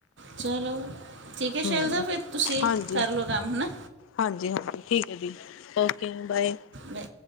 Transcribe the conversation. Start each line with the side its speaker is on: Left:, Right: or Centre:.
Right: ਚਲੋ ਠੀਕ ਐ
Left: ਹੂੰ
Right: ਸ਼ੈਲਜ਼ਾ ਫਿਰ, ਤੁਸੀਂ
Left: ਹਾਂਜੀ
Right: ਕਰ ਲਓ ਕੰਮ ਹਨਾ।
Left: ਹਾਂਜੀ ਹਾਂਜੀ ਠੀਕ ਏ ਜੀ, ਓਕੇ ਬਾਏ।
Right: ਮੈਂ